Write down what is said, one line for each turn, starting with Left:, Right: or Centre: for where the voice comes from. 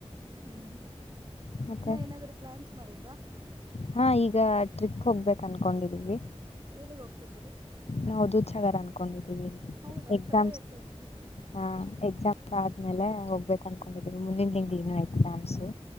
Right: ಹ್ಮ್
Left: ಮತ್ತೆ
Right: ಇನ್ನ ಏನಾದ್ರು ಪ್ಲಾನ್ಸ್ ಮಾಡಿದ್ರ.
Left: ಹಾ ಈಗ ಟ್ರಿಪ್ ಹೋಗ್ಬೇಕ್ ಅನ್ಕೊಂಡಿದೀವಿ.
Right: ಎಲ್ಲಿಗ್ ಹೋಗ್ತಿದ್ದೀರಿ
Left: ನಾವು ದುದ್ ಸಾಗರ್ ಅಂ ಕೊಂಡಿದೀನಿ
Right: ಹೌದಾ
Left: ಅ ಎಕ್ಸಾಮ್ಸ್
Right: ಚಲೋ ಇರ್ತೈತಿ
Left: ಹ ಎಕ್ಸಾಮ್ಸ್ ಅದ್ಮೇಲ್ ಅಮೇಲೆ ಹೋಗ್ಬೇಕು ಅನ್ಕೊಂಡಿದೀವಿ ಮುಂದಿನ ತಿಂಗ್ಳಿ ಇನ್ನು ಎಕ್ಸಾಮ್ಸು.